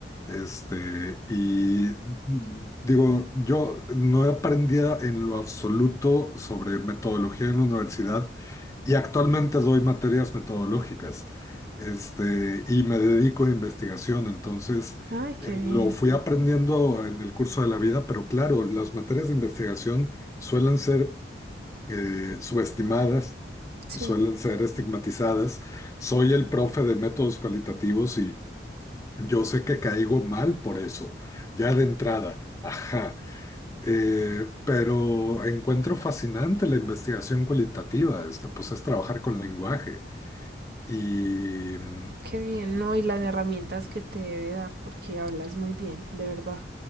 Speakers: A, on the left (about 15°); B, on the right (about 55°).
A: Este, y mm, digo, yo no aprendía en lo absoluto sobre metodología en la universidad Y actualmente doy materias metodológicas, este, y me dedico a investigación. Entonces,
B: Ay, qué
A: eh,
B: bien.
A: lo fui aprendiendo en el curso de la vida, pero claro, las materias de investigación suelen ser eh, subestimadas,
B: Sí,
A: suelen ser estigmatizadas. Soy el profe de métodos cualitativos y yo sé que caigo mal por eso, ya de entrada. Ajá, Eh, pero encuentro fascinante la investigación cualitativa, este, pues es trabajar con lenguaje y mm,
B: qué bien, ¿no? Y las herramientas que te debe dar, porque hablas muy bien, de verdad.